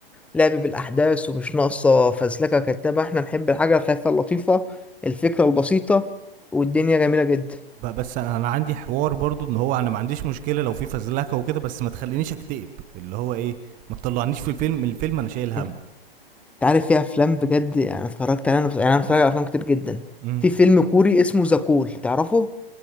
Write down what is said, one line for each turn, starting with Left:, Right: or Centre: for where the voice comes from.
Centre: لعب بالأحداث ومش ناقصة فزلكة كدابة احنا نحب الحاجة الخفيفة اللطيفة الفكرة البسيطة والدنيا جميلة جدا
Right: ب- بس انا أنا عندي حوار برضو ان هو انا ما عنديش مشكلة لو في فزلكة وكده بس ما تخلينيش اكتئب اللي هو ايه ما تطلعنيش في الفيلم من الفيلم انا شايل هم
Centre: انت عارف في أفلام بجد يعني اتفرجت عليها أنا- يعني أنا متفرج على أفلام كتير جدا
Right: امم
Centre: في فيلم كوري اسمه ذا كول تعرفه؟